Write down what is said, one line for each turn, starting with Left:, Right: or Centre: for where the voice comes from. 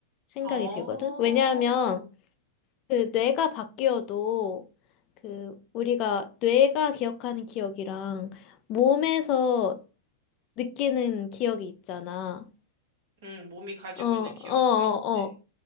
Left: 생각이
Right: 어.
Left: 들거든. 왜냐하면 그 뇌가 바뀌어도 그 우리가 뇌가 기억하는 기억이랑 몸에서 느끼는 기억이 있잖아.
Right: 응, 몸이 가지고
Left: 어, 어,
Right: 있는 기억도
Left: 어,
Right: 있지.
Left: 어.